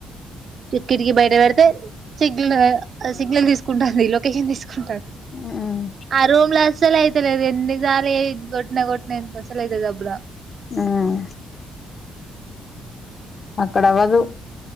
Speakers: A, on the right; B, on the left.
A: కి కిటికి బయట పెడితే సిగ్నల్ సిగ్నల్ తీస్కుంటాంది లొకేషన్ తీస్కు.
B: ఉమ్
A: ఆ రూమ్ల సలి అయితలేదు ఎన్నిసార్లు ఏ గొట్నిన గొట్నిన ఎంత అసల అయితది అబ్ర.
B: హ్మ్ అక్కడ అవ్వదు